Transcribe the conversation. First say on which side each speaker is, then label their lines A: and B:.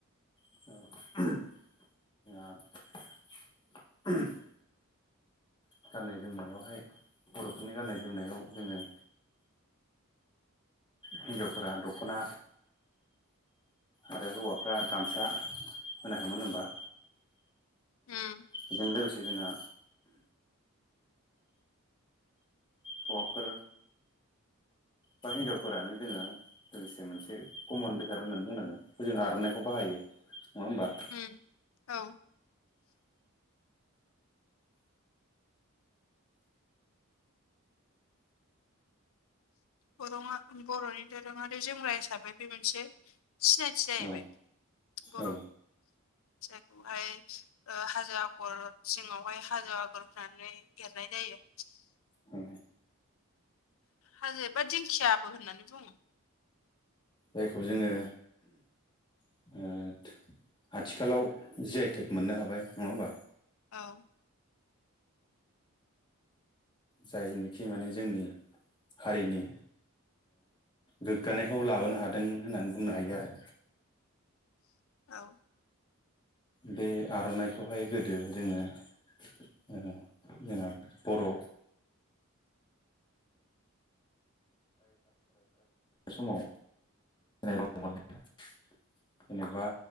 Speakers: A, on the left (about 20°); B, on the left (about 70°).
A: <unintelligible> <unintelligible> गाननाय जोमनायावहाय बर'फोरनि गाननाय जोमनायाव जोङो हिनजावफोरा दखना आरो हौवाफ्रा गामसा होनायाखैन होमबा?
B: उम
A: बेजों लोगोसे जोंहा अहौवाफोर बा हिनजावफोरानो जोङो लोगोसे मोनसे कमन बेखार होननानै बुंनांगोन जों आर'नाइखौ बाहायो। नङा होमबा?
B: उम औ बर'आ बर'नि दोरोङारि जोमग्रा हिसाबै बे मोनसे सिनायथि जाहैबाय
A: औ
B: बर'नि
A: औ
B: फिथाइखौहाय ओ हाजो आगर सिङावहाय हाजो आगर होनानै एरनाय जायो।
A: औ
B: हाजो एबा दिंखियाबो होननानै बुङो।
A: जायखौ जोङो <unintelligible> आथिखालाव जि आइ टेक मोननो हाबाय नङा होमबा?
B: औ
A: जायनोखि माने जोंनि हारिनि गोग्गानायखौ लाबोनो हादों होननानै बुंनो हायो आरो।
B: औ
A: बे आर'नाइखौहाय गोदो जोङो जोंहा बर' समावनाय दमोन <unintelligible> जेनेबा